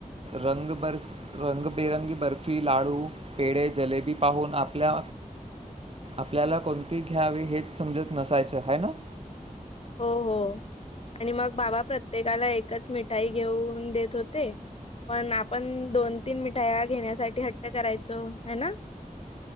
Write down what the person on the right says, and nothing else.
रंग बर्फ रंगबेरंगी बर्फी लाडू पेढ जलेबी पाहून आपल्या आपल्याला कोणती घ्यावी हेच समजत नसायचं हाय ना, <inaudible>